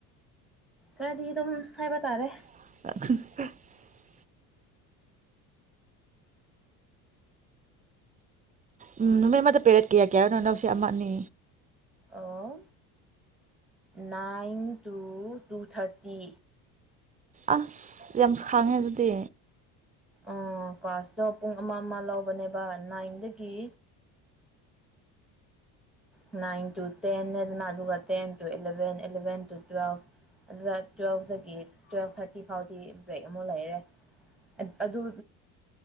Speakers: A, in the centre; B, on the right.
A: ꯈꯔꯗꯤ ꯑꯗꯨꯝ ꯍꯥꯏꯕ ꯇꯥꯔꯦ
B: <inaudible> ꯎꯝ ꯅꯨꯃꯤꯠ ꯑꯃꯗ ꯄꯦꯔꯦꯠ ꯀꯌꯥ ꯀꯌꯥꯔꯣꯅꯣ ꯑꯅꯧꯁꯦ ꯑꯃ ꯑꯅꯤ
A: ꯑꯣ ꯅꯥꯏꯟ ꯇꯨ ꯇꯨ ꯊꯥꯔꯇꯤ
B: ꯑꯁ ꯌꯥꯝ ꯈꯥꯡꯉꯦ ꯑꯗꯨꯗꯤ
A: ꯑ ꯀ꯭ꯂꯥꯁꯇꯣ ꯄꯨꯡ ꯑꯃ ꯑꯃ ꯂꯧꯕꯅꯦꯕ ꯅꯥꯏꯟꯗꯒꯤ ꯅꯥꯏꯟ ꯇꯨ ꯇꯦꯟ ꯍꯥꯏꯗꯅ ꯑꯗꯨꯒ ten two eleven eleven two twelve ꯑꯗꯨꯗ ꯇꯨꯋꯦꯜꯐꯇꯒꯤ ꯇꯨꯋꯦꯜꯐ ꯊꯥꯔꯇꯤ ꯐꯥꯎꯗꯤ ꯕ꯭ꯔꯦꯛ ꯑꯃ ꯂꯩꯔꯦ ꯑꯗꯨ